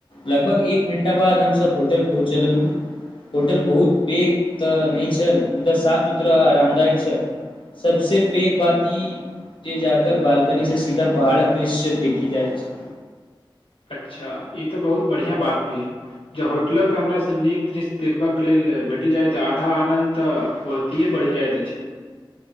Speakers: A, on the left; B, on the left.
A: लगभग एक घण्टा बाद हम सब होटल पहुँचलु। होटल बहुत पैघ तऽ नै छल मुदा साफ सुथरा आरामदायक छल। सब से पेघ बात ई जे जाकर बालकनी से सीधा पहाड़क दृश्य देखि जाय छै।
B: अच्छा ई तऽ बहुत बढ़िआँ बात भेल। ज होटलक हमरा से नीक दृश्य देखबा के लेल भेटी जाय तऽ आधा आनद तऽ तए बढ़ी जायत अछि।